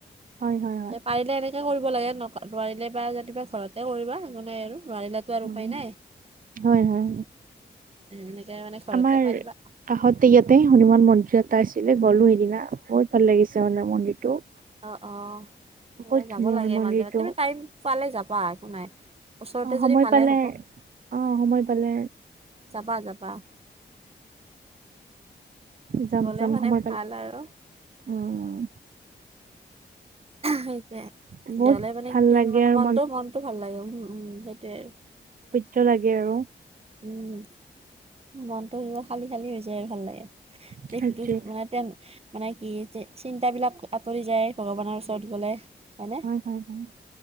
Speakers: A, on the right; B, on the right.
A: হয় হয় হয়
B: পাৰিলে এনেকে কৰিব লাগে ন' নোৱাৰিলে পাৰা যদি ঘৰতে কৰিবা একো নাই আৰু। নোৱাৰিলেতো আৰু
A: উম
B: উপায় নাই।
A: হয় -হয়
B: এনেকে মানে ঘৰতে
A: আমাৰ
B: পাৰিবা
A: কাষতে ইয়াতে হনুমান মন্দিৰ এটা আছে আজি গ'লো সেইদিনা বহুত ভাল লাগিছে মানে মন্দিৰটো।
B: অহ - অহ
A: বহুত
B: যাব
A: ধুনীয়া
B: লাগে
A: হয় মন্দিৰটো
B: মাজে -মাজে তুমি টাইম পালে যাবা একো নাই। ওচৰতে
A: অহ, সময়
B: যদি ভালে
A: পালে
B: হ'ব
A: অহ, সময় পালে
B: যাবা যাবা
A: যাম-
B: গ'লে
A: যাম
B: মানে
A: সময় পালে,
B: ভাল আৰু
A: অহ।
B: সেইটোৱে।
A: আৰু বহুত
B: জলে মানে
A: ভাল
B: কি
A: লাগে
B: <unintelligible> মানে
A: আৰু
B: মনটো- মনটো ভাল লাগে উম -উম সেইটোৱে
A: ত 'লাগে আৰু।
B: উম, মনটো কিবা খালি- খালি হৈ যায় ভাল লাগে তে
A: সেইটোৱে
B: হেতু মই এতিয়া মানে কি চিন্তাবিলাক আঁতৰি যায় ভগৱানৰ ওচৰত গ'লে। হয়নে
A: হয় -হয় -হয়